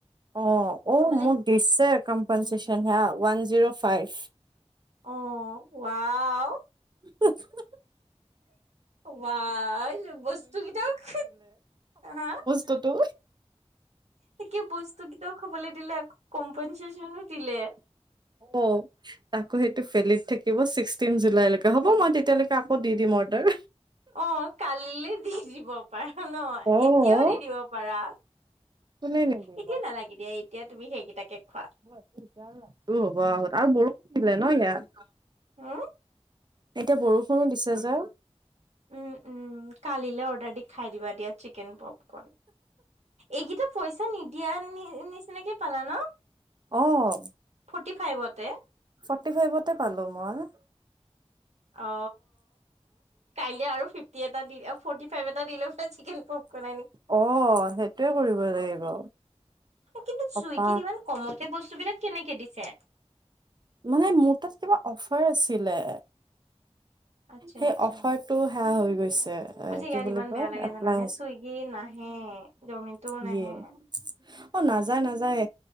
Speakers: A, on the right (about 40°); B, on the right (about 75°).
A: অ, অ,
B: ত'
A: মোক দিছে কম্পনচচন
B: মানে
A: সে ওৱান জিৰ' ফাইভ।
B: অ, ৱাও
A: <inaudible>
B: বা, বস্তু কেইটাও <unintelligible>
A: ত, তো
B: তাকে বস্তু কেইটাও খাবলৈ দিলে, কম্পেনচে্যনো দিলে।
A: অ, তাকো সেইটো ভেলিত থাকিব ছিক্সটিন জুলাইলৈকে। হ'ব মই তেতিয়ালৈকে আকৌ দি দিম অৰ্ডাৰ।
B: অ কালিলৈ দি দিব পাৰা ন,
A: অ',
B: এতিয়াও দি দিব পাৰা।
A: কোনে নিদিব
B: এতিয়া নালাগে দিয়া এতিয়া তুমি সেইকেইটাকে খোৱা।
A: <unintelligible> আৰু বৰষুণ দিলে ন ইয়াত।
B: উম
A: এতিয়া বৰষুণো দিছে যে।
B: উম উম কালিলে অৰ্ডাৰ দি খাই দিবা দিয়া চিকেন পপকন। এইক পইচা নিদিয়া নিচিনাকে পালা ন?
A: অ',
B: ফটি ফাইভতে।
A: ফৰ্টি ফাইভতে পালো মই।
B: অ কাল আৰু ফিফটি এটা দি ফৰ্টি ফাইভ এটা দিলে চিকেন পপকন
A: অ সেইটোৱে কৰিব লাগিব।
B: কিন্তু চুইগীত
A: অক
B: ইমান কমতে বস্তু বিলাক কেনেকে দিছে?
A: মানে মোৰ তাত কিবা অফাৰ আছিলে।
B: আচ্ছা
A: সেই
B: আচ্ছা।
A: অফাৰটো সেয়া হৈ গৈছে। এ
B: মোৰ যে ইয়াত
A: কি বুলি
B: ইমান
A: কয়
B: বেয়া লাগে
A: এপ্লাই
B: জানানে, চুইগি নাহে, জমিনটোও
A: ইয়ে
B: নাহে।
A: অ নাযায় নাযায়